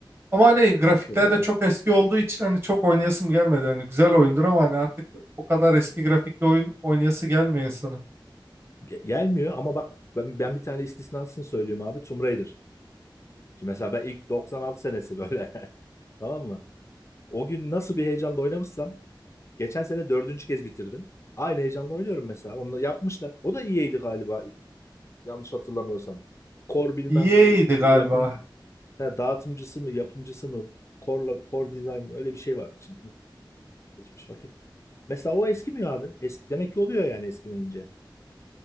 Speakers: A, on the right; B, on the left.
A: Ama hani grafikler
B: Haklı değil
A: de
B: mi?
A: çok eski olduğu için hani çok oynayasım gelmedi. Hani güzel oyundur ama hani artık o kadar eski grafikli oyun oynayası gelmiyor insanın.
B: Ge- Gelmiyor ama bak ben, ben bir tane istisnasını söyleyeyim abi Tomb Raider. Şimdi mesela ben ilk 96 senesi böyle <laughs> tamam mı? O gün nasıl bir heyecanla oynamışsam geçen sene dördüncü kez bitirdim. Aynı heyecanla oynuyorum mesela. Onu yapmışlar. O da iyiydi galiba yanlış hatırlamıyorsam. Core bilmem
A: EA'ydi
B: bir
A: galiba.
B: yapım ha, dağıtımcısı mı yapımcısı mı Core'la Core Design mi? öyle bir şey vardı şimdi geçmiş vakit. Mesela o eskimiyor abi. Es demek ki oluyor yani eskimeyince.